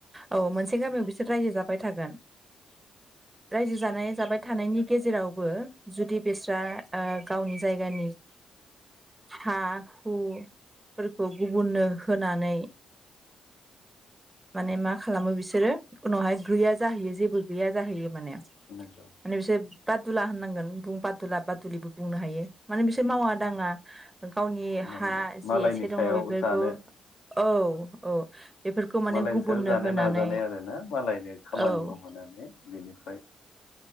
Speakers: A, on the right (about 20°); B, on the left (about 75°).
A: औ मोनसे गामियाव बिसोर रायजो जाबाय थागोन।
B: <inaudible>
A: रायजो जानाय जाबाय थानायनि गेजेरावबो जुदि बिस्रा ओ गावनि जायगानि
B: <inaudible>
A: हा हुफोरखौ गुबुननो होनानै माने मा खालामो बिसोरो उनावहाय गैया जाहैयो जेबो गैया जाहैयो माने।
B: नंगौ।
A: माने बिसोर बादुला होननांगोन बुं बादुला बादुलिबो बुंनो हायो माने बिसोर मावा दाङा। गावनि
B: माने
A: हा जि
B: मालायनि
A: एसे दङ
B: सायाव
A: बेफोरखौ
B: जानो
A: औ औ। बेफोरखौ माने
B: मालायनि
A: गुबुननो
B: सायाव जानो
A: होनानै
B: नाजानाय आरोना मालायनो खामानि
A: औ
B: मावहोनानै बेनिफ्राय